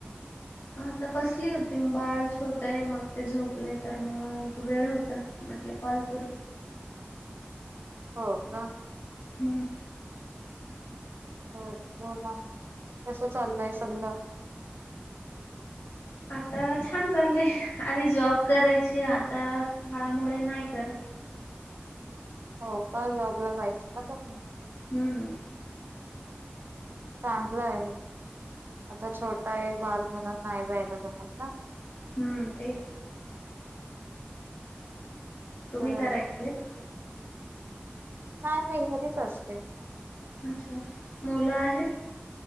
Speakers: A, on the left; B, on the right.
A: आता बसली होती मग बाळ छोट आहे. मग ते झोपलंय तर मग वेळ होता. म्हटल कॉल करू
B: हो का?
A: हम्म...
B: बर <inaudible> ब कस चाललंय सगळ.
A: आता छान झालेय, आधी जॉब करायचे आता <inaudible> फाळामुळे नाही करत.
B: हो का? जॉबला जायची का <inaudible> न
A: हम्म..
B: चांगलं आहे. आता छोटा आहे बाहेर म्हणून नाही जायला जमत ना.
A: हम्म तेच. तुम्ही
B: बर
A: करायचे <inaudible>
B: नाही, नाही घरीच असते.
A: अच्छा! मुलं आहेत.